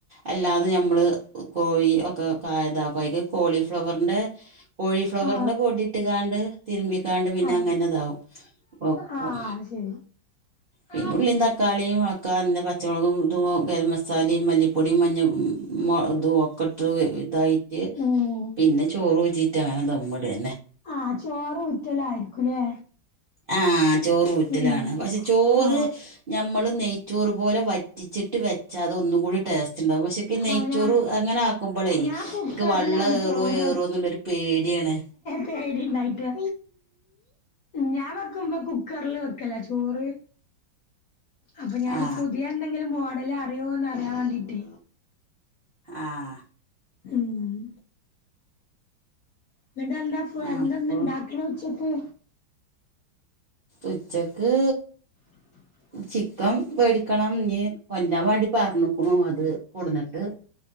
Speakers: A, on the right; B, on the left.
A: അല്ലാതെ ഞമ്മള് ക് കോഴി ഒക്കെ ക താക്കും അയില് കോളിഫ്ലവറിന്റെ കോഴിഫ്ലവറിന്റെ
B: ആ
A: പൊടി ഇട്ട്ക്വാണ്ട് തിരുമ്പിക്കാണ്ട് പിന്നെ
B: ആ
A: അങ്ങനെതാവും ഓഹ് ക്കും
B: ആ അത് ശരി
A: പിന്നെ
B: ആ
A: ഉള്ളീം തക്കാളിയും വാ ക്കാന്ന് പച്ചമൊളകും ഇതുവോ ഗരം മസാലേം മല്ലിപ്പൊടീം മഞ്ഞ മൊ ദുവൊ ക്കൊട്ട്റുവെ ഇതായിട്ട്
B: ഉം
A: പിന്നെ ചോറ് ഊറ്റിട്ടാണ് ദമ്മ്ടാ
B: ആഹ് ചോ റ് ഊറ്റലായിരിക്കൂലേ
A: ആഹ് ചോറ് ഊറ്റലാണ്
B: ഉം
A: പക്ഷെ ചോറ്
B: ആ
A: ഞമ്മള് നെയ് ചോറ് പോലെ വറ്റിച്ചിട്ട് വെച്ചാ അത് ഒന്നും കൂടി ടേസ്റ്റ്ണ്ടാവും പക്ഷെ ഈ നെയ്ച്ചോറ്
B: ആ ഞാ
A: അങ്ങനെ ആക്കുമ്പളേക്ക്
B: ഞാൻ കുക്കറിലാണ്
A: വെള്ളം ഏറോ
B: ചോറ്
A: ഏറോന്നുള്ളോരു പേടിയാണ്
B: പേടിയിണ്ടായിട്ട് ഞാ വെക്കുമ്പോ കുക്കറില് വെക്കല ചോറ് അപ്പൊ ഞാന്
A: ആ
B: പുതിയ എന്തെങ്കിലും മോഡലറിയോന്ന് അറിയാൻ വേണ്ടീട്ടേ
A: ആഹ്
B: ഉം എന്നിട്ടെന്താ പ്പ
A: ആ
B: എന്ത്ന്ന്
A: അപ്പൊ
B: ഇണ്ടാക്കണ് ഉച്ചക്ക്
A: ഉച്ചക്ക്
B: <inaudible>
A: ചിക്കൻ വേടിക്കണം ഞ് കൊല്ലാൻ വേണ്ടി പറഞ്ഞക്കുണു അത് കൊടന്നിട്ട്